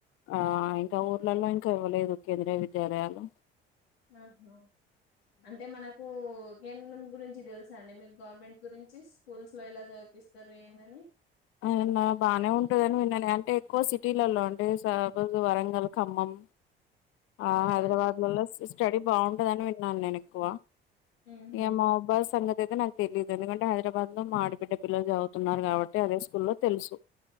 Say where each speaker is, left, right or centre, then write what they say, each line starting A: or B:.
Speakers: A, on the left (about 45°); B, on the left (about 85°).
A: ఆ ఇంకా ఊర్లలా ఇంకా ఇవలేేదు కేంద్రీయ విద్యాలయాలు
B: ఆహో అంటే మనకు కేద్రం గురించి తెలుసా అండి మీరు గవర్నమెంట్ గురించి స్కూల్స్ లో ఇలా చూపిస్తారు ఏందని
A: అవునా బాగానే ఉంటదని విన్నను అంటే ఎ సిటీలో అంటే సఫోస్ వరంగల్ ఖమ్మం ఆ
B: అవునండి
A: హైదరాబాద్ లలో స్టడీ బాగుంటదని విన్నాను నేను ఎక్కువ
B: ఉహు
A: ఇగ మావ్ బాద్ సంగతి అయి నాకు తెలియదు ఎందుకంటే హైదరాబాద్ లో మా ఆబిడ్డ పిల్లలు చదువున్నారు కాబట్టి అదే స్కూల్లో తెలుసు